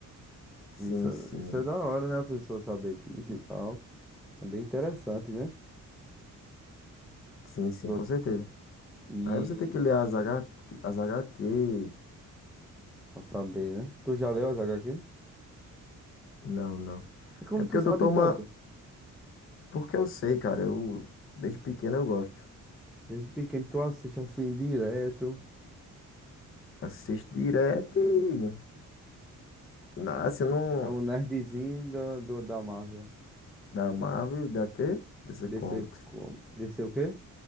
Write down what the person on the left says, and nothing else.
Sim,
sim.
Sim,
sim, com certeza.
Aí você tem que ler as, H, as H HQs.
Não, não.
É porque
o Doutor
Man. Porque eu sei, cara. Eu, desde pequeno eu gosto.
Assisto direto e. Na- Assim, não.
Da Marvel, e da quê? DC
Comics.